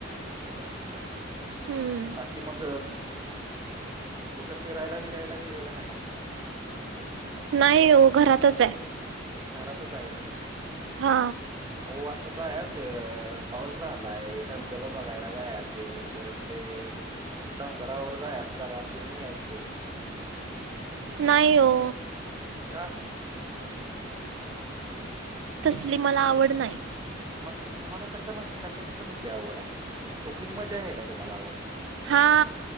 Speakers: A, on the right; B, on the right.
A: बर बर
B: हम्म
A: बाकी कि मग कुठं फिरायला बीरायला गेलेला का नाही
B: नाही हो घरातच आहे
A: घरातच आहे होय
B: हा
A: हो आता जायच पाऊस झालाय धबधबा बघायला जायाच परत ते डोंगरावर जायाचं जरा फिरून यायचं
B: नाही ओ
A: का
B: तसली मला आवड नाही
A: मग तुम्हाला कश कशा कशामध्ये आवड आहे कुकिंगमध्ये आहे का तुम्हाला आवड
B: हा